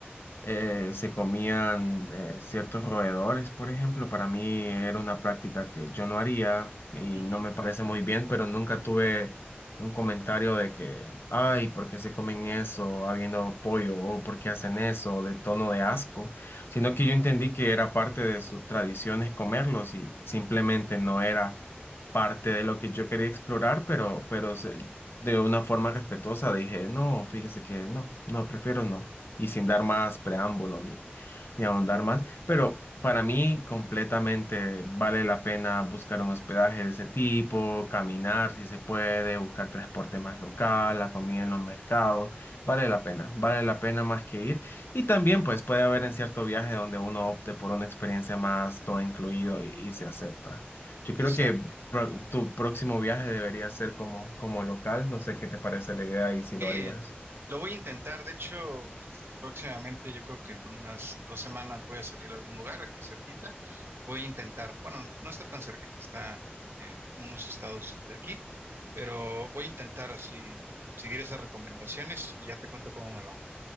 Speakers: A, on the left; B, on the right.
A: eh, se comían eh, ciertos roedores, por ejemplo. Para mí era una práctica que yo no haría y
B: Ujú,
A: no me parece muy bien, pero nunca tuve un comentario de que, ay, ¿por qué se comen eso habiendo pollo? ¿O por qué hacen eso? de tono de asco, sino que yo entendí que era parte de sus tradiciones comerlos y simplemente no era parte de lo que yo quería explorar, pero, pero se- de una forma respetuosa dije, no, fíjese que no, no, prefiero no, y sin dar más preámbulo ni, ni ahondar más, pero para mí completamente vale la pena buscar un hospedaje de ese tipo, caminar si se puede, buscar transporte más local, la comida en los mercados, vale la pena, vale la pena más que ir. Y también pues puede haber en cierto viaje donde uno opte por una experiencia más todo incluido y, y se acepta. Yo
B: exacto.
A: creo que pro- tu próximo viaje debería ser como, como local. No sé qué te parece la idea y si
B: Sí,
A: lo harías.
B: lo voy a intentar. De hecho, eh, próximamente, yo creo que en unas dos semanas voy a salir a algún lugar aquí cerquita. Voy a intentar, bueno, no está tan cerquita, está eh, unos estados de aquí, pero voy a intentar así seguir esas recomendaciones y ya te cuento cómo me va.